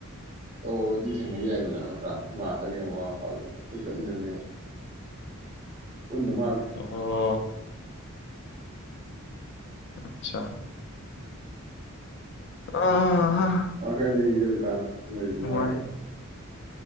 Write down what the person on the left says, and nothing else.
ꯑꯣ ꯑꯆꯥ ꯑꯣ
ꯅꯨꯡꯉꯥꯏ